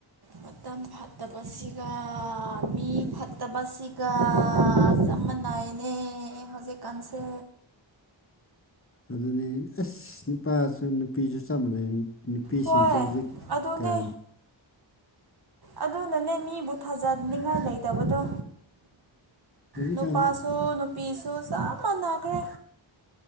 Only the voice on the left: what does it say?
ꯑꯗꯨꯅꯤ ꯑꯁ ꯅꯨꯄꯥꯁꯨ ꯅꯨꯄꯤꯁꯨ ꯆꯞ ꯃꯥꯟꯅꯩ ꯅꯨꯄꯤꯁꯤꯡꯁꯦ
ꯍꯧꯖꯤꯛꯀꯥꯟ
ꯍꯧꯖꯤꯛꯀꯥꯟ